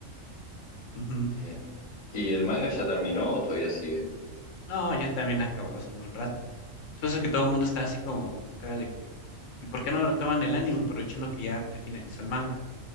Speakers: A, on the left; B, on the left.
A: Ujú.
B: Eh, ¿y el manga ya terminó o todavía sigue?
A: No, ya también acabó hace un buen rato. Es por eso que todo el mundo está así como con cara de que, ¿y por qué no retoman el anime aprovechando que ya, ya finalizó el manga?